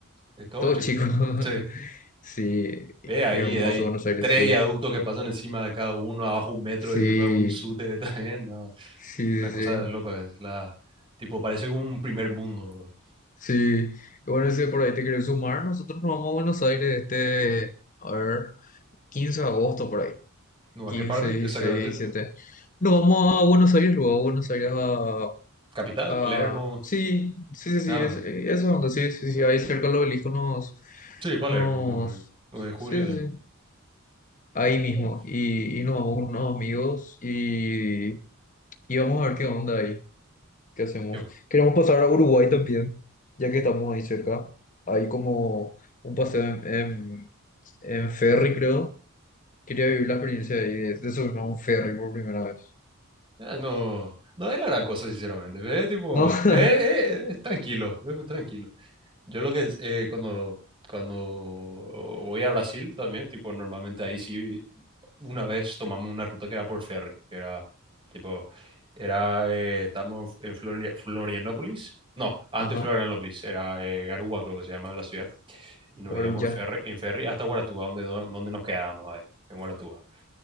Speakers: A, on the right; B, on the left.
A: es todo
B: todo
A: chico.
B: chico. <laughs>
A: Sí.
B: Sí,
A: Eh, ahí
B: hermoso
A: hay
B: Buenos Aires,
A: tres
B: sí.
A: viaductos que pasan encima de cada uno, abajo un metro
B: Sí,
A: y después un sute <laughs> también. no,
B: sí, sí,
A: Una cosa
B: sí.
A: loca es la... Tipo, parece como un primer mundo.
B: Sí. Bueno, si por ahí te quieres sumar, nosotros nos vamos a Buenos Aires este, a ver, 15 de agosto por ahí.
A: ¿No?
B: quince
A: ¿A qué parte?
B: 16,
A: Exactamente.
B: 17. Nos vamos a Buenos Aires, luego a Buenos Aires a...
A: Capital,
B: a-
A: Palermo.
B: sí, sí, sí, sí,
A: Nada.
B: es, eso es donde sí, sí, sí, ahí cerca del obelisco nos...
A: Sí, Palermo.
B: Nos...
A: tipo, 9
B: Sí,
A: de julio,
B: sí.
A: sí.
B: sí. ahí mismo
A: Eh,
B: y, y nos vamos con unos amigos y, y vamos a ver qué onda ahí, qué hacemos.
A: yo,
B: Queremos pasar a Uruguay también, ya que estamos ahí cerca. Hay como un paseo en, en- en ferry, creo. Quería vivir la experiencia ahí de, de subirme
A: uh,
B: a un ferry por primera vez.
A: eh, no, no es la gran cosa, sinceramente. Es tipo,
B: ¿No? <laughs>
A: eh, eh, es tranquilo, es muy tranquilo. Yo lo que es, eh, cuando, cuando voy a Brasil también, tipo, normalmente ahí sí una vez tomamos una ruta que era por ferry, que era tipo, era, eh, estábamos en Flori Florianópolis, no, antes
B: Ajá,
A: Florianópolis, era eh, Garúa, creo que se llama la ciudad, y nos
B: Guarulla.
A: íbamos en ferry, en ferry hasta Guaratuba, donde, donde nos quedábamos ahí, en Guaratuba.